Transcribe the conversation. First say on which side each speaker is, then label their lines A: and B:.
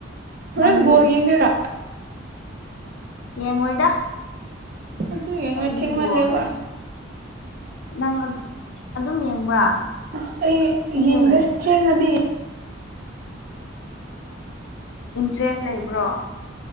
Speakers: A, on the right (about 45°); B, on the left (about 75°).
A: ꯍꯣꯔꯦꯟ
B: ꯅꯪꯗꯦ
A: ꯕꯣꯜ ꯌꯦꯡꯗꯣꯏꯔꯣ
B: ꯌꯦꯡꯉꯣꯏꯗ
A: ꯑꯩꯁꯨ ꯌꯦꯡꯉꯣꯏ
B: ꯑꯩꯗꯤ
A: ꯊꯦꯡꯃꯜꯂꯦꯕ
B: ꯕꯣꯜ ꯁꯦ ꯅꯪ ꯑꯗꯨꯝ ꯌꯦꯡꯕ꯭ꯔꯥ
A: ꯑꯁ ꯑꯩ
B: ꯍꯦꯛ
A: ꯌꯦꯡꯗ
B: ꯍꯦꯛ ꯌꯦꯡ
A: ꯊꯦꯡꯉꯗꯤ
B: ꯏꯟꯇꯔꯦꯁ ꯂꯩꯕ꯭ꯔꯣ